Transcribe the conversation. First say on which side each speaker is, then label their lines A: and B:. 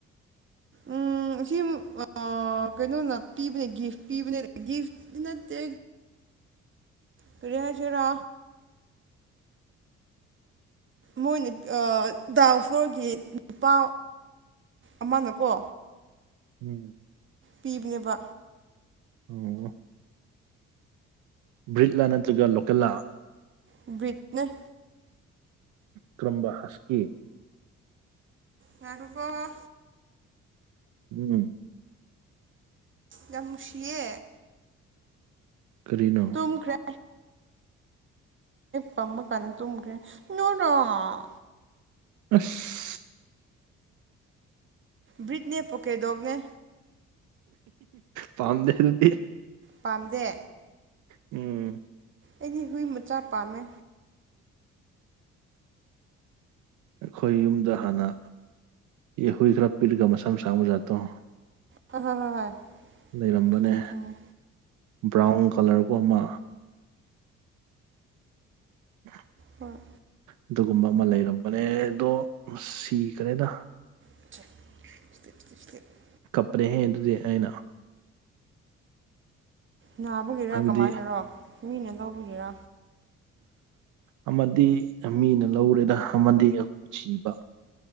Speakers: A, on the right (about 40°); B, on the right (about 80°).
A: ꯎꯝ ꯁꯤ ꯑꯃ ꯀꯩꯅꯣꯅ ꯄꯤꯕꯅꯦ ꯒꯤꯐ ꯄꯤꯕꯅꯦ ꯒꯤꯐ ꯅꯠꯇꯦ ꯀꯔꯤ ꯍꯥꯏꯁꯤꯔꯥ ꯃꯣꯏ ꯗꯥꯎꯟ ꯐ꯭ꯂꯣꯔꯒꯤ ꯅꯨꯄꯥ ꯑꯃꯅꯀꯣ
B: ꯎꯝ
A: ꯄꯤꯕꯅꯦꯕ
B: ꯑꯣꯝ ꯕ꯭ꯔꯤꯠꯂꯥ ꯅꯠꯇ꯭ꯔꯒ ꯂꯣꯀꯜꯂꯥ
A: ꯕꯤꯠꯅꯤ
B: ꯀꯔꯝꯕ ꯍꯁꯀꯤ
A: ꯉꯥꯏꯈꫭꯀꫭ
B: ꯎꯝ
A: ꯌꯥꯝꯅꯨꯡꯁꯤꯌꯦ
B: ꯀꯔꯤꯅꯣ
A: ꯇꯨꯝꯈ꯭ꯔꯦ ꯄꯝꯃ ꯀꯟꯗꯥ ꯇꯨꯝꯈ꯭ꯔꯦ ꯅꯣ ꯅꫭ
B: ꯑꯁ
A: ꯕ꯭ꯔꯤꯠꯅꯦ ꯄꯣꯀꯦꯗꯣꯛꯅꯦ
B: ꯄꯝꯗꯦ ꯑꯗꯨꯗꯤ
A: ꯄꯥꯝꯗꯦ
B: ꯎꯝ
A: ꯑꯩꯗꯤ ꯍꯨꯏ ꯃꯆꯥ ꯄꯥꯝꯃꯦ
B: ꯑꯩꯈꯣꯏ ꯌꯨꯝꯗ ꯍꯥꯟꯅ ꯍꯨꯏ ꯈ꯭ꯔ ꯄꯤꯛꯑꯒꯥ ꯃꯁꯝ ꯁꯥꯡꯕꯥ ꯖꯥꯠꯇꫭ
A: ꯍꯥꯏ ꯍꯣꯏ
B: ꯂꯩꯔꯝꯕꯅꯦ
A: ꯈꯪꯉꯦ ꯈꯪꯉꯦ
B: ꯕ꯭ꯔꯥꯎꯟ ꯀꯂꯔꯕꯨ ꯑꯃ <inaudible>
A: ꯍꯣꯏ
B: ꯑꯗꯨꯒꯨꯝꯕ ꯑꯃ ꯂꯩꯔꯝꯕꯅꯦ ꯑꯗꯣ ꯁꯤꯈꯔꯦꯗ
A: <unintelligible>
B: ꯀꯄ꯭ꯔꯦ ꯍꯦꯛ ꯑꯗꯨꯗꯤ ꯑꯩꯅ
A: ꯅꯥꯕꯒꯤꯔ
B: ꯍꯥꯏꯕꯗꯤ
A: ꯀꯃꯥꯏꯅꯔꯣ ꯃꯤꯅ ꯂꯧꯕꯒꯤꯔꯥ
B: ꯑꯃꯗꯤ ꯃꯤꯅ ꯂꯧꯔꯦꯗ ꯑꯃꯗꯤ ꯁꯤꯕ